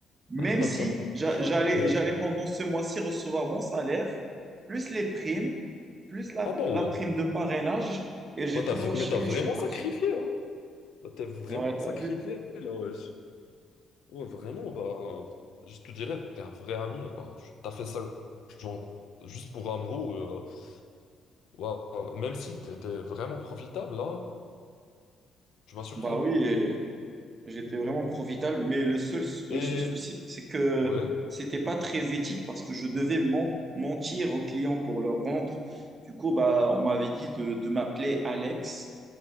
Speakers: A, on the right (about 35°); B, on the left (about 75°).
A: Même
B: <laughs>
A: si j'a- j'allais,
B: Ouais.
A: j'allais pendant ce mois-ci recevoir mon salaire, plus les primes, plus la,
B: Ah bon?
A: la prime de parrainage, et j'ai
B: Moi, t'as,
A: tout lâché
B: mais t'as vraiment
A: et je suis parti.
B: sacrifié, hein? T'as vraiment
A: Ouais, t'as
B: sacrifié,
A: vu?
B: là, ouais. Ouais, vraiment, bah, je te dirais, t'es un vrai ami. alors, tu T'as fait ça, genre, juste pour Amrou. euh, waouh, Même si t'étais vraiment profitable, là, tu m'as surpris.
A: Bah oui, et- J'étais vraiment profitable, mais le seul, le
B: Et,
A: seul souci, c'est que
B: ouais.
A: c'était pas très éthique parce que je devais men- mentir aux clients pour leur vendre. Du coup, bah, on m'avait dit de, de m'appeler Alex.